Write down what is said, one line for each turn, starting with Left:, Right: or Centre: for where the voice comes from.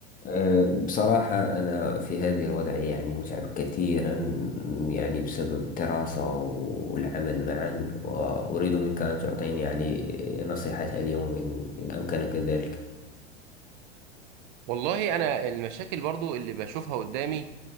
Left: أه، بصراحة أنا في هذه الوضعية يعني متعب كثيرا يعني بسبب الدراسة والعمل معا وأريد منك أن تعطيني يعني نصيحة اليوم إن إن أمكنك ذلك
Right: والله انا المشاكل برضو اللي بشوفها قدامي